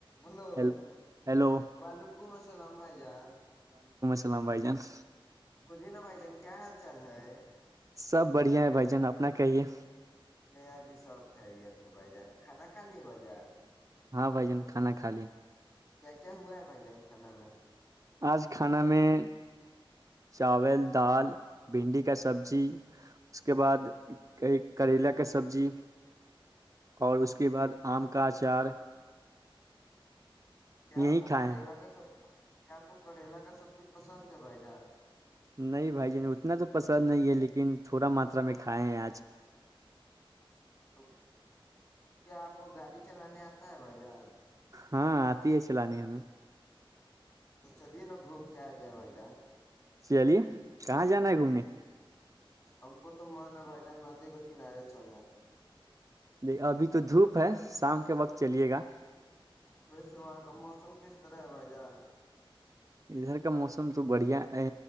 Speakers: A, on the left; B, on the right.
A: السلام علیکم محترم بھائی جان
B: ہیلو
A: آپ کو بھی مبارک ہلو
B: ہیلو
A: ول کم السلام بھائی جان
B: سلام بائی چانس
A: بولیے نا بھائی جان کیا حال چال ہے
B: سب بڑھیا ہے بھ جن اپنا کہیے
A: میرا بھی سب خیریت ہے بھ جان کھانا کھا لے بھائی جان
B: ہاں بھائی جن کھانا کھا لے
A: کیا کیا ہوا ہے بھائی جان کھانا میں
B: آج کھانا میں چاول دال بھنڈی کا سبزی اس کے بعد ایک کریلا کا سبزی اور اس کے بعد آم کا اچار
A: کیا آپ
B: یہی
A: کو
B: کھائے
A: کریلا
B: ہیں
A: کا سب کیا آپ کریلا کا سبزی پسند ہے بائی
B: نہیں بھائی ج نے اتنا تو پسند نہیں ہے لیکن تھھوڑا ماترا میں کھائے ہیں آج
A: تو کیا آپ کو گاڑی چلانے آتا ہے بھائی جان
B: ہاں آتی ہے چانی ہمیں
A: تو چلیے نا گھوم کے آیا جائے بھائی جان
B: چلیے کہاں جانا ہے گھومنے
A: ہم کو تو من ہے بھائی جان ندی کے کنارے چلنے کا
B: ل ابھی تو دھوپ ہے شام کے وقت چلیے گا
A: ویسے وہاں کا موسم کس طرح ہے بھائی جان ج
B: ادھر کا موسم تو بڑھیا ہے